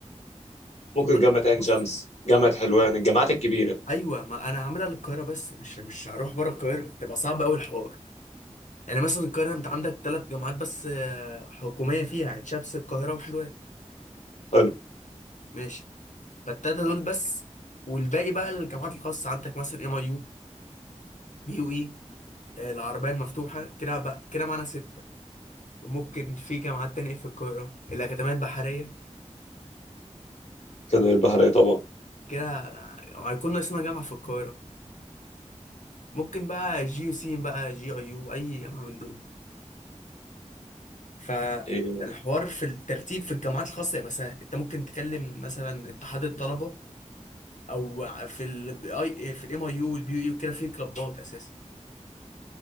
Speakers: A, on the left (about 55°); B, on the left (about 75°).
A: ممكن
B: وبالك
A: جامعة عين
B: بص
A: شمس جامعة حلوان الجامعات الكبيرة
B: ايوه ما انا هعملها للقاهره بس مش مش هروح بره القاهره تبقى صعب قوي الحوار يعني مثلا القاهره انت عندك ثلاث جامعات بس آه، حكوميه فيها عين شمس القاهره وحلوان
A: حلو
B: ماشي فالتلاتة دول بس والباقي بقى الجامعات الخاصة عندك مثلا ام اي يو بي يو اي العربية المفتوحة كده بقى كده معانا ستة وممكن في جامعات تانية في القاهرة الأكاديمية البحرية
A: كده البحرية طبعا
B: كده هيكون ناقصنا جامعة في القاهرة ممكن بقى جي يو سين بقى جي اي يو أي جامعة من دول فالحوار
A: إيه،
B: في الترتيب في الجامعات الخاصة يبقى سهل أنت ممكن تكلم مثلا اتحاد الطلبة أو في ال في الام اي يو والبي يو اي وكده في كلوبات أساسا